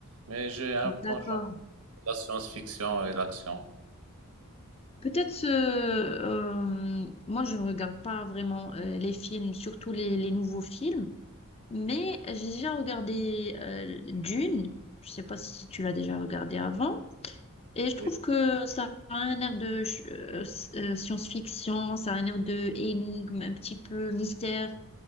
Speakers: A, on the right; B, on the left.
A: mais j'ai un penchant
B: D'accord.
A: de la science-fiction et l'action.
B: Peut-être, euh, euh, moi je ne regarde pas vraiment euh, les films, surtout les, les nouveaux films, mais j'ai déjà regardé euh, Dune, je ne sais pas si tu l'as déjà regardé avant. Et je trouve
A: Oui.
B: que ça a un air de ch- euh, s- euh, science-fiction, ça a un air de énigme, un petit peu mystère,